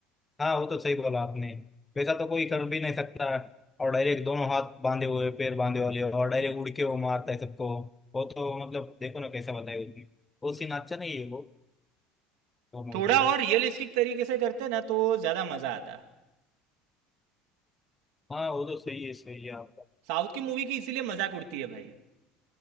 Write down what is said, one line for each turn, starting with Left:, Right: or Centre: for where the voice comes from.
Left: हाँ वो तो सही बोला आपने वैसा तो कोई कर भी नहीं सकता और डायरेक्ट दोनों हाथ बांधे हुए पैर बांधे वाले और डायरेक्ट उड़ के वो मारता है सबको वो तो मतलब देखो ना कैसा बताया उसने वो सीन अच्छा नहीं है वो वो मूवी
Right: थोड़ा
Left: का
Right: और रियलिस्टिक तरीके से करते ना तो ज़्यादा मज़ा आता
Left: हाँ वो तो सही है सही है आपका
Right: साउथ की मूवी की इसीलिए मजाक उड़ती है भाई